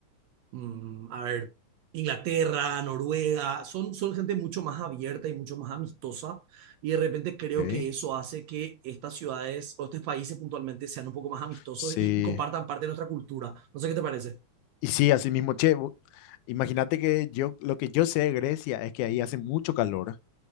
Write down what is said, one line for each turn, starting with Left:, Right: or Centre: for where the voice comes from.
Right: mm, a ver, Inglaterra, Noruega, son, son gente mucho más abierta y mucho más amistosa y de repente creo
Left: Ok.
Right: que eso hace que estas ciudades o estos países puntualmente sean un poco más amistosos
Left: Sí.
Right: y, y compartan parte de nuestra cultura. No sé qué te parece.
Left: Y sí, así mismo, che, vo- imagínate que yo, lo que yo sé de Grecia es que ahí hace mucho calor.